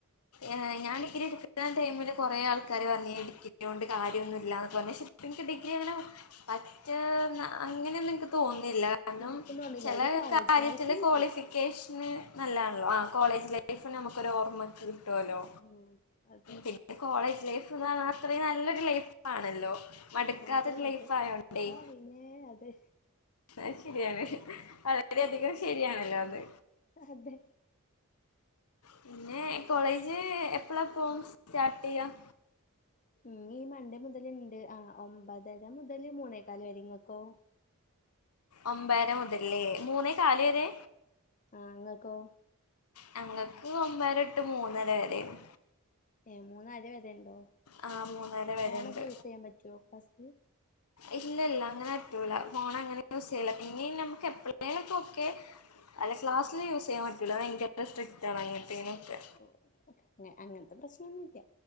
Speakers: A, on the left; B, on the left.
A: ഏഹ് ഞാൻ ടിഗ്രിഇട്ക്കുന്നടൈമില് കൊറെആൾക്കാര് പറഞ്ഞീനിം ഡിഗ്രിയോണ്ട് കാര്യൊന്നുല്ല്യാന്നൊക്കെ പറഞ് ശേ പ്പഇൻക്ക് ഡിഗ്രി അങ്ങനെപറ്റേന്ന അങ്ങനെയൊന്നും ഇൻക്ക്തോന്ന്ല്ല കാരണംചെലേ
B: എനിക്കും തോന്നില്ല ഒരു കോളേജ്
A: കാര്യത്തില്
B: ലൈഫ് കിട്ടി
A: ക്വാളിഫിക്കേഷന് നല്ലേണല്ലോ ആഹ് കോളേജ് ലൈഫ്ന് അമ്മക്കൊരു ഓർമ്മകിട്ടോലോ
B: ഉം അതെ
A: പിന്നെ കോളേജ് ലൈഫ്ന്ന് പറഞ്ഞാൽ അത്രീം നല്ലോരു ലൈഫാണല്ലോ. മട്ക്കാത്തൊരു
B: അതെ അതെ
A: ലൈഫായോണ്ടേയ്
B: ആ പിന്നെ അതെ
A: ആഹ് ശെരിയാണ് വളരെെയധികം ശരിയാണല്ലോഅത്.
B: അഹതെ
A: പിന്നെകോളേജ് എപ്പ്ളാപ്പോ സ്റ്റാർട്ട് ചെയ്യാം?
B: ഇഞ്ഞി ഈമൺണ്ടേ മുതല്ണ്ട് ആഹ് ഒമ്പതര മുതല് മൂന്നേക്കാൽ വെരെ ഇങ്ങൾക്കോ
A: ഒമ്പരെമുതല്ലേ മൂന്നേകാല് വെരെ?
B: ആഹ് ഇങ്ങക്കോ?
A: ഞങ്ങക്ക് ഒമ്പെരൊട്ട് മൂന്നെരവെരെണ്.
B: എഹ് മൂന്നര വെരെണ്ടോ
A: ആ മൂന്നര
B: ഫോണൊക്കെ
A: വരെണ്ട്
B: യൂസ്യ്യാൻപറ്റോക്ലാസ്സില്
A: ഇല്ലല്ലാഅങ്ങനെ അറ്റൂല ഫോൺ അങ്ങനെയൂസെയ്യൂല പിന്നിംഞമ്മക്ക് എപ്പയേങ്കിലും ഒക്കെ അല്ല ക്ലാസ്സില് യൂസെയ്യാൻ പറ്റൂല ഭയങ്കര സ്ട്രിക്ട്ആണ് അങ്ങൻത്തീനൊക്കെ
B: ഓ ഒക്കെ അങ്ങനത്തെ പ്രശ്നൊന്നുല്ല